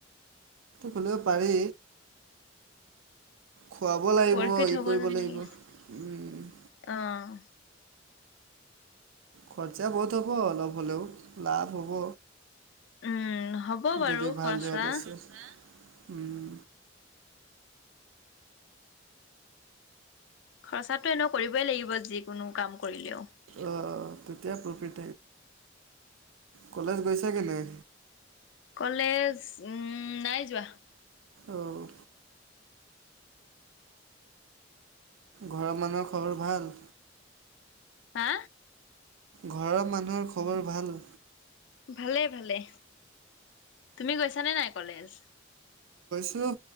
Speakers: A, on the right; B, on the left.
A: খুলিব পাৰি। খুৱাব লাগিব,
B: প্ৰফিট
A: ই,
B: হ'ব
A: কৰিব
B: যেন
A: লাগিব
B: লাগিছে।
A: উম, '
B: অ'
A: খৰচা বহুত হ'ব অলপ হ'লেও, লাভ হ'ব।
B: উম, হ'ব বাৰু
A: যদি ভাল
B: খৰচা।
A: জেগাত আছে উম,
B: খৰচাত, টো এনেও কৰিবই লাগিব যিকোনো কাম কৰিলেও।
A: অ' তেতিয়া প্ৰফিট কলেজ গৈছা কি নাই?
B: কলেজ উম নাই যোৱা।
A: অ' ঘৰৰ মানুহৰ খবৰ ভাল?
B: হা,
A: ঘৰৰ মানুহৰ খবৰ ভাল?
B: ভালে ভালে। তুমি গৈছানে নাই কলেজ?
A: অহ,